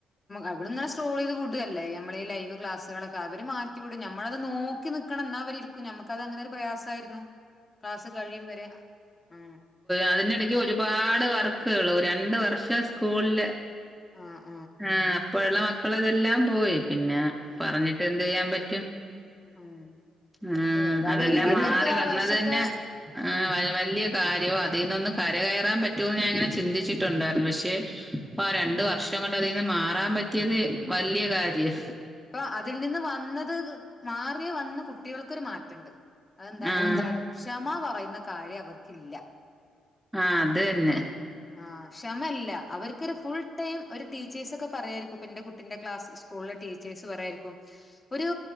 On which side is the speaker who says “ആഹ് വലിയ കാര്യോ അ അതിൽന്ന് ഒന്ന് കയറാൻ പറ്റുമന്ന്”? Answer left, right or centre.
Centre